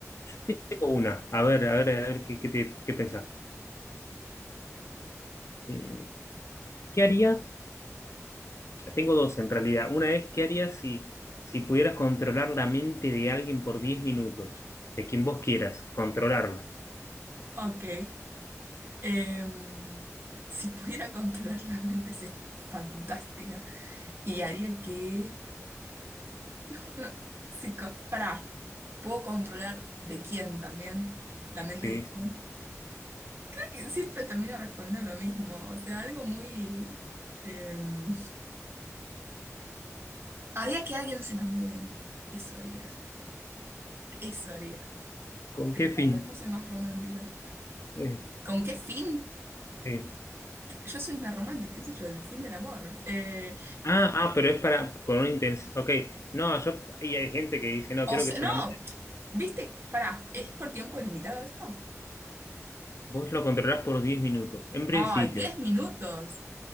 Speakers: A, on the left; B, on the right.
A: Sí, Tengo una. A ver, a ver, a ver qué, qué, te- qué pensás. Eh, ¿qué harías? Tengo dos en realidad. Una es, ¿qué harías si, si pudieras controlar la mente de alguien por 10 minutos? De quien vos quieras, controlarla.
B: Ok. Em, si pudiera controlar la mente, es fantástica. Y haría que... <laughs> si co- pará, ¿puedo controlar de quién también? ¿La mente
A: Sí.
B: de quién? Creo que siempre termino respondiendo lo mismo. O sea, algo muy... em, Haría que alguien se enamore de mí. Eso haría. Eso haría.
A: ¿Con
B: Ahí
A: qué
B: está,
A: fin?
B: me puse más romántica.
A: Eh,
B: ¿Con qué fin?
A: sí.
B: Yo soy una romántica, qué sé yo, el fin del amor. Eh,
A: Ah, ah, pero es para, con una intención. Ok, no, yo, ahí hay gente que dice, no,
B: o
A: quiero
B: sea,
A: que se
B: no,
A: enamore.
B: viste, pará, ¿es por tiempo limitado esto?
A: Vos lo controlás por 10 minutos, en principio.
B: Ay, 10 minutos.